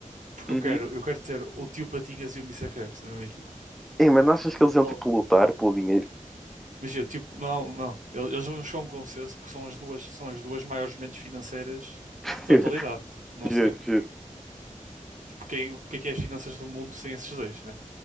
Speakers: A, on the right; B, in the centre.
A: Porque
B: Uhum.
A: eu quero, eu quero ter o tio Patinhas e o Mister Krabs na mesma equipa.
B: Ei, mas não achas que eles iam,
A: Só-
B: tipo, lutar pelo dinheiro?
A: Imagina, o tio. Não, não. Eles eles não chegam a um consenso porque são as duas, são as duas maiores mentes financeiras
B: <laughs>
A: da
B: Juro,
A: atualidade, tipo, do nosso
B: juro,
A: tempo.
B: juro.
A: Tipo, quem, o que é que é as finanças do mundo sem esses dois, né?